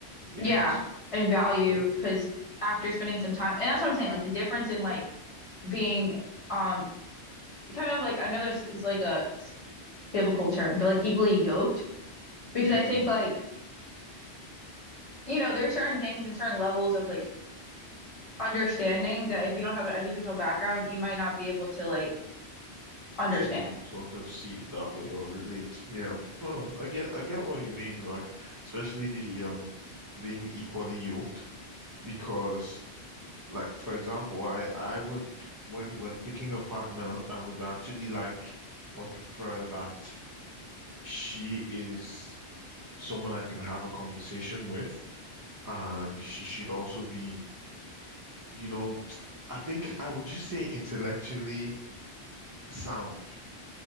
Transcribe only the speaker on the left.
Yeah, and value
because after spending some time, and that's what I'm saying, like the difference in like being um kind of like I know this is like a biblical term, but like equally yoked because
I think like you know there's certain things and certain levels of like understanding that if you don't have an educational background, you might not be able to like understand.